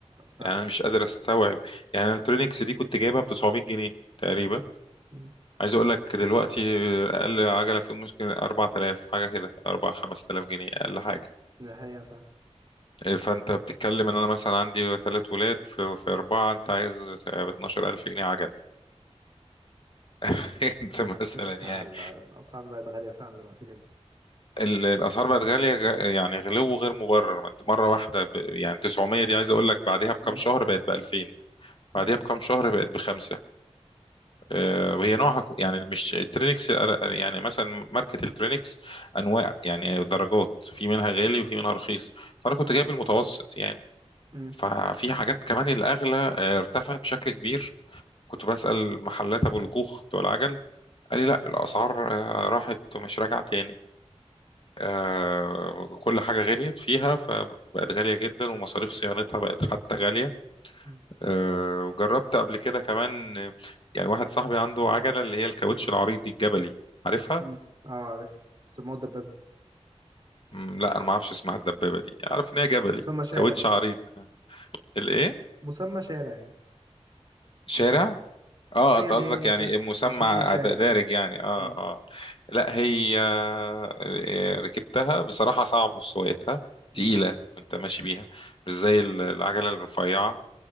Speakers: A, on the right; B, on the left.
A: فعلا
B: يعني انا مش قادر استوعب يعني الالكترونيكس دي كنت جايبها ب 900 جنيه تقريبا
A: مم.
B: عايز اقول لك دلوقتي اقل عجله فيهم ممكن 4000 حاجه كده 4 5000 جنيه اقل حاجه
A: دي حقيقه فعلا
B: إيه، فانت بتتكلم ان انا مثلا عندي ثلاث ولاد في, في اربعه انت عايز ب 12000 جنيه عجل <laughs> انت مثلا
A: <laughs>
B: يعني
A: الأسعار بقت غالية فعلا دلوقتي جدا
B: ال- الاسعار بقت غاليه غ- يعني غلو غير مبرر ما انت مره واحده ب... يعني 900 دي عايز اقول لك بعدها بكام
A: مم.
B: شهر بقت ب 2000
A: مم.
B: بعدها بكام شهر بقت بخمسه آه، وهي نوعها كو- يعني مش الترينكس يعني مثلا ماركة الترينكس انواع يعني درجات في منها غالي وفي منها رخيص فانا كنت جايب المتوسط يعني
A: مم.
B: ففي حاجات كمان الأغلى آه، ارتفعت بشكل كبير كنت بسأل محلات أبو الجوخ بتوع العجل قال لي لا الأسعار آه، راحت ومش راجعة تاني آه، كل حاجة غليت فيها فبقت غالية جدا ومصاريف صيانتها بقت حتى غالية
A: مم.
B: آه، وجربت قبل كده كمان آه، يعني واحد صاحبي عنده عجلة اللي هي الكاوتش العريض دي الجبلي عارفها؟
A: مم. اه عارف سموه الدبابة
B: مم، لا أنا ما أعرفش اسمها الدبابة دي أعرف إن هي جبلي
A: مسمى شارع
B: كاوتش
A: يعني
B: عريض آه، الإيه؟
A: مسمى شارع يعني
B: شارع اه
A: اه
B: انت
A: يعني
B: قصدك
A: ايه
B: يعني
A: ك...
B: مسمى
A: مسمى شارع
B: د- دارج
A: اه.
B: يعني اه
A: مم.
B: اه لا هي آه، ركبتها بصراحة صعب في سواقتها
A: مم.
B: تقيلة وانت ماشي بيها مش زي ال- العجلة الرفيعة